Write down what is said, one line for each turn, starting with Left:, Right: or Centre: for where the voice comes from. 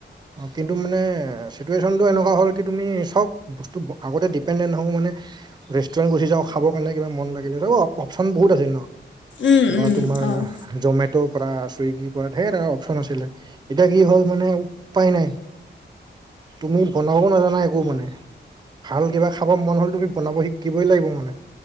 Right: অ', কিন্তু মানে চিটুৱেশ্যনটো এনেকুৱা হ'ল, কি তুমি চব বস্তু আগতেই দিপেন্দেন্ত হওঁক মানে ৰেষ্টুৰেণ্ট গুচি যা খাবৰ কাৰণে কিবা মন লাগিলে, ৰ অপচন বহুত আছিল ন,
Left: উম,
Right: বা
Left: উম,
Right: তোমাৰ
Left: অ'।
Right: জমেট'ৰ পৰা, চুইগিৰ পৰা, ধেৰ আৰু অপচন আছিলে। এতিয়া কি হ'ল মানে উপায় নাই, তুমি বনাব নাজানা একো মানে ভাল কিবা খাব মন হ'ল, তুমি বনাব শিকিবই লাগিব মানে।